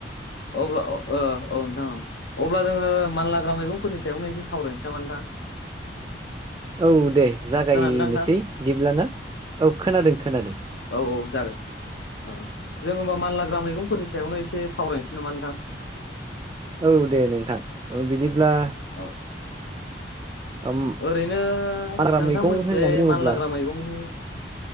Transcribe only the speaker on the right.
औ दे जागायनोसै
बिदिब्लाना औ खोनादों खोनादों।
औ दे नोंथां ओ बिदिब्ला
ओम
हाग्रा
मैगं
होननानै बुङोब्ला